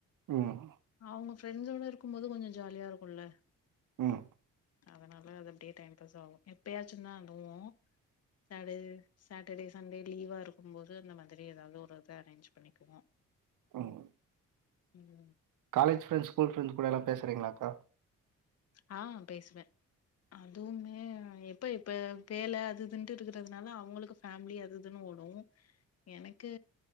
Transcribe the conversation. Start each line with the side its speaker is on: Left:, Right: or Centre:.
Right: ம்
Left: அவங்க ஃப்ரெண்ட்ஸோட இருக்கும் போது கொஞ்சம் ஜாலியாக இருக்கும்ல
Right: உம்
Left: அதனால அது அப்படியே டைம் பாஸ் ஆகும் எப்பயாச்சும் தா போவோம் சாட்ட சாட்டர்டே சண்டே லீவா இருக்கும் போது அந்த மாதிரி ஏதாவது ஒரு ப அரேஞ்ச் பண்ணிக்குவோம்
Right: ம்
Left: உம்
Right: காலேஜ் ஃப்ரண்ட்ஸ் ஸ்கூல் ஃப்ரெண்ட் கூடலாம் பேசுறீங்களாக்கா
Left: ஆஹ் பேசுவன் அதுவுமே எப்ப இப்ப வேல அதுதுன்ட்டு இருக்குறதுனால அவங்களுக்கு ஃபேமிலி அது இதுன்னு ஓடும் எனக்கு